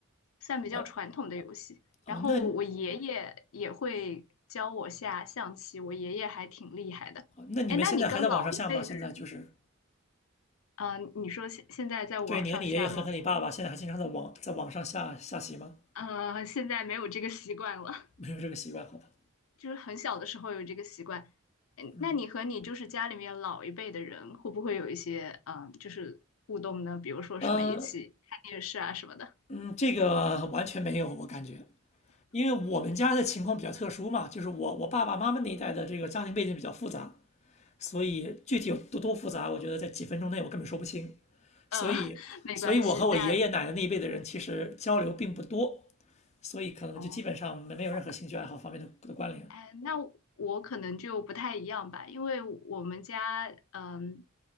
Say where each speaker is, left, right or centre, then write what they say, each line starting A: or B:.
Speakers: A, on the left; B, on the left.
A: 算比较传统的游戏。
B: 哦哦，
A: 然后我爷爷也会教我下象棋，
B: 那
A: 我爷爷还挺厉害的。
B: 哦那你们现在还在网上下吗？
A: 哎，那你跟老一辈的人，
B: 现在就是，
A: 嗯，你说现现在在网上下吗？
B: 对，你和你爷爷和和你爸爸现在还经常在网在网上下下棋吗？
A: 呃，现在没有这个习惯了。
B: 没有这个习惯，好吧？
A: 就是很小的时候有这个习惯。嗯，
B: 嗯
A: 那你和你就是家里面老一辈的人，会不会有一些嗯，就是互动呢？比如说什么一起看电视啊什么的。
B: 嗯嗯，这个完全没有，我感觉。因为我们家的情况比较特殊嘛，就是我我爸爸妈妈那一代的这个家庭背景比较复杂，所以具体有多多复杂，我觉得在几分钟内我根本说不清。所以，
A: 嗯，<laughs> 没关系。
B: 所以我和我爷爷奶奶那一辈的人其实交流并不多，
A: 那
B: 所以可能就基本上没没有任何兴趣爱好方面的的关联。
A: 哦，好。哎，那我可能就不太一样吧，因为我们家，嗯，